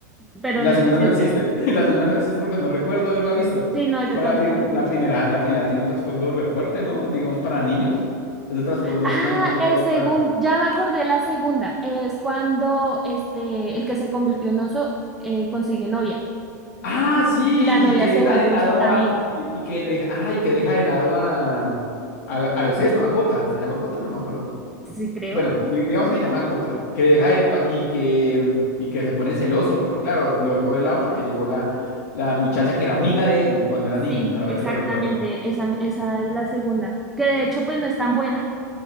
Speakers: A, in the centre; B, on the left.
A: pero
B: La
A: no
B: segunda
A: estoy segura.
B: no existe. <laughs> La segunda no existe porque no recuerdo haberla visto.
A: Sí, no, yo
B: O
A: tampoco
B: la, prim-
A: recuerdo.
B: la primera, la primera tiene un trasfondo re fuerte, ¿no? Digamos para niños. Ese trasfondo
A: Ah,
B: es como más que
A: el
B: todo
A: segundo,
B: para.
A: ya me acordé la segunda. Es cuando este, el que se convirtió en oso eh, consigue novia
B: Ah, sí,
A: y la novia
B: y que deja
A: se vuelve
B: de lado
A: oso también.
B: a, y, y que deja, ah y que deja de lado a, a, a los Esno, a Cota. ¿Se llama Cota? No me acuerdo.
A: Sí, creo.
B: Bueno, di- digamos que llama a Cota, que deja de pa- y que, mm, y que se pone celoso, porque claro, lo dejó de lado porque llegó la, la muchacha que era amiga de él cuando eran
A: Sí,
B: niños, ahora
A: exactamente,
B: que lo recuerdo.
A: esa, esa es la segunda, que de hecho pues no es tan buena,